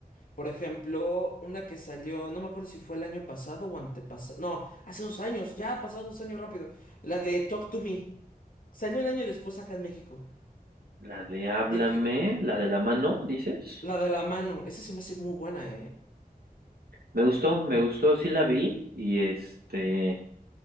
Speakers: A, on the left (about 65°); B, on the right (about 85°).
A: Por ejemplo, una que salió, no me acuerdo si fue el año pasado o antepasado. No, hace dos años, ya ha pasado dos años rápido. La de Talk to Me. Salió un año después acá en México.
B: La de Háblame,
A: De que,
B: la de la mano, dices.
A: la de la mano, esa se me hace muy buena, ¿eh?
B: Me gustó, me gustó, sí la vi y este,